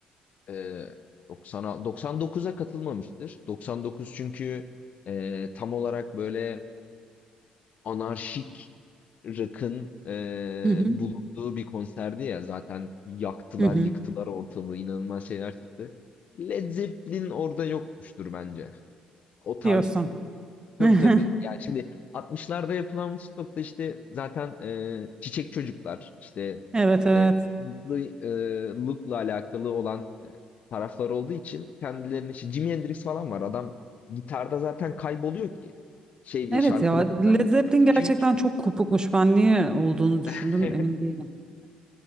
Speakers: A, on the left; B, on the right.
A: Ee, 90'a 99'a katılmamıştır. 99 çünkü e, tam olarak böyle anarşik rock'ın eee,
B: Hı hı,
A: bulunduğu bir konserdi ya zaten yaktılar
B: hı hı.
A: yıktılar ortalığı inanılmaz şeyler çıktı. Led Zeppelin orada yokmuştur bence. O tarz
B: Diyorsun.
A: tabii
B: <laughs>
A: tabii. Yani şimdi 60'larda yapılan Woodstock'ta işte zaten eee, çiçek çocuklar işte
B: Evet evet.
A: eee mutlu eee, look'la alakalı olan eee, taraflar olduğu için kendilerine işte Jimi Hendrix falan var. Adam gitarda zaten kayboluyor ki. Şey değil
B: Evet
A: şarkılarında
B: ya Led Zeppelin
A: 2-3
B: gerçekten çok kopukmuş. Ben niye olduğunu düşündüm
A: <laughs>
B: emin değilim.